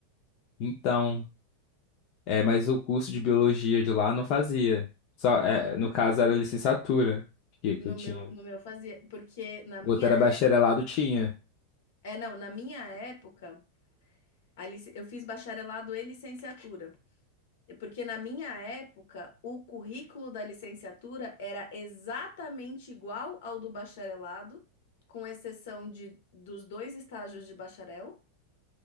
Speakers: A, on the left; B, on the left.
A: Então, é, mas o curso de biologia de lá não fazia. Só,
B: Ah,
A: é,
B: não.
A: no caso era licenciatura que, que
B: No
A: eu tinha.
B: meu, no meu fazia, porque na minha
A: O outro era
B: época,
A: bacharelado, tinha.
B: é, não, na minha época, a lic- eu fiz bacharelado e licenciatura. Porque na minha época, o currículo da licenciatura era exatamente igual ao do bacharelado, com exceção de, dos dois estágios de bacharel,